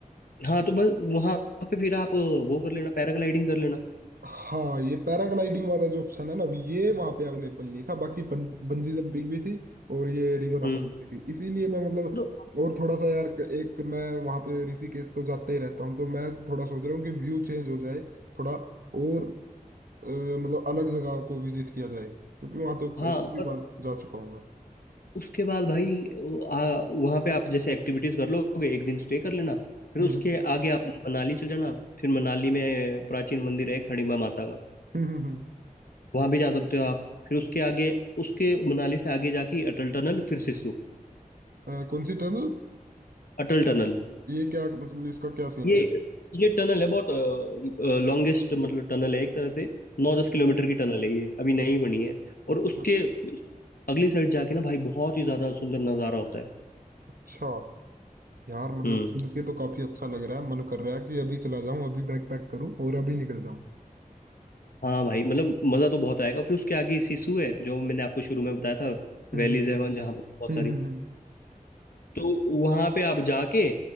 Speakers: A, on the left; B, on the right.
A: हाँ तो बस वहाँ पे फिर आप वो कर लेना पैराग्लाइडिंग कर लेना
B: हाँ ये पैराग्लाइडिंग वाला जो ऑप्शन है ना ये वहाँ पे अवेलेबल नहीं था बाकी बं, बंजी जंपिंग भी थी और ये रिवर राफ्टिंग
A: हम्म
B: भी थी इसीलिए मैं मतलब
A: तो
B: और थोड़ा सा यार एक मैं वहाँ पे ऋषिकेश तो जाते ही रहता हूँ तो मैं थोड़ा सोच रहा हूँ कि व्यू चेंज हो जाए थोड़ा और अ, मतलब अलग जगह को विजिट किया जाए क्योंकि वहाँ तो
A: हाँ
B: काफी
A: पर
B: बार जा चुका हूँ मैं
A: उसके बाद भाई वो, आ, वहाँ पे आप जैसे एक्टिविटीज कर लोगे एक दिन स्टे कर लेना फिर
B: हम्म
A: उसके
B: हम्म
A: आगे आप मनाली चल जाना फिर मनाली में प्राचीन मंदिर है खड़ीमा माता का
B: हम्म हम्म, हम्म।
A: वहाँ भी जा सकते हो आप फिर उसके आगे उसके मनाली से आगे जाके अटल टनल फिर सिस्सू
B: अ, कौन सी टनल
A: अटल टनल
B: ये क्या मतलब इसका क्या सीन
A: ये
B: है
A: ये टनल है बहुत लॉन्गेस्ट मतलब टनल है एक तरह से नौ
B: हम्म।
A: दस किलोमीटर की टनल है ये अभी नई
B: अ-
A: बनी है और
B: अच्छा
A: उसके अगली साइड जाके ना भाई बहुत ही ज्यादा सुंदर नज़ारा होता है
B: अच्छा यार मतलब
A: हम्म
B: सुन के तो काफी अच्छा लग रहा है मन कर रहा है कि अभी चला जाऊं अभी बैग पैक करूं और अभी निकल जाऊं
A: हाँ भाई मतलब मज़ा तो बहुत आएगा फिर उसके आगे सिसु है जो मैंने आपको शुरू में बताया था
B: हम्म
A: वैलीज
B: हम्म
A: है वहाँ- जहाँ पे बहुत
B: हम्म
A: सारी
B: हम्म, हम्म, हम्म।
A: तो वहाँ पे आप जाके